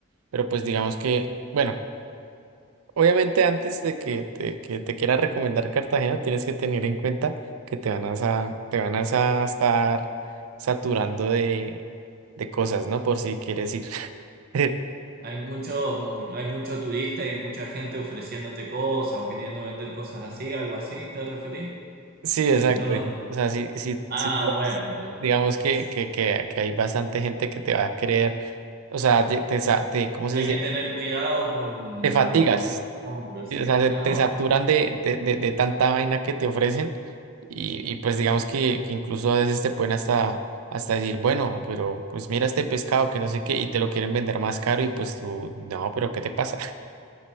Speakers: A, on the right; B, on the right.
A: pero pues digamos que, bueno. Obviamente antes de que te, que te quiera recomendar Cartagena, tienes que tener en cuenta que te van a, sa- te van a sa- estar saturando de, de cosas, ¿no? Por si quieres ir. <laughs>
B: Hay mucho, hay mucho turista y mucha gente ofreciéndote cosas o queriendo vender cosas así, algo así, ¿te referís?
A: Sí, exacto.
B: Si no, no.
A: yo- O sea, si, si,
B: Ah,
A: si tú
B: bueno,
A: vas,
B: pues
A: digamos que,
B: sí,
A: que, que, que hay bastante gente que te va a querer, o sea, te, te, sa- te- ¿cómo se
B: hay
A: dice?
B: que tener cuidado con
A: Te fatigas.
B: lo que uno compra, sí.
A: O sea, se-
B: Ah,
A: te saturan de, de, de- de tanta vaina que te ofrecen y, y pues digamos que, que incluso a veces te pueden hasta, hasta decir, bueno, pero pues mira este pescado que no sé qué y te lo quieren vender más caro y pues tú, no, pero ¿qué te pasa?